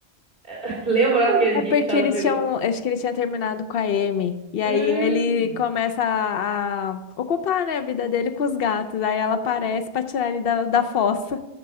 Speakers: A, on the right; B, on the left.
A: <laughs> Lembra daquele
B: É
A: dia
B: porque
A: que o Shadow
B: eles
A: pegou?
B: tinham, acho que ele tinha terminado com a Amy, e aí
A: Hum.
B: ele começa a, a ocupar, né, a vida dele com os gatos, aí ela aparece pra tirar ele da, da fossa,